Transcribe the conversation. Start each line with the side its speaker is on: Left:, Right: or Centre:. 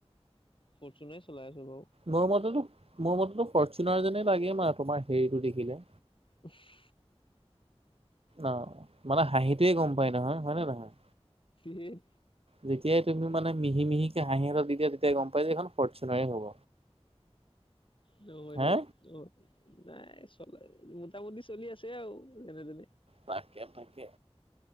Left: ফৰ্চুনাৰে চলাই আছোঁ বাৰু।
Right: মোৰ মতেতো-মোৰ মতেতো ফৰ্চুনাৰ যেনে লাগে মা তোমাৰ হেৰিটো দেখিলে।
Left: উফ
Right: অ', মানে হাঁহিটোৱে গম পায় নহয়, হয় নে নহয়?
Left: ধেৎ,
Right: যেতিয়াই তুমি মানে মিহি-মিহিকে হাঁহি এটা দি দিয়া তেতিয়াই গম পাই যে এইখন ফৰ্চুনাৰে হ'ব।
Left: মই মানে
Right: হে
Left: অ নাই চলাই, মোটামুটি চলি আছে আৰু যেনে তেনে।
Right: তাকে-তাকে,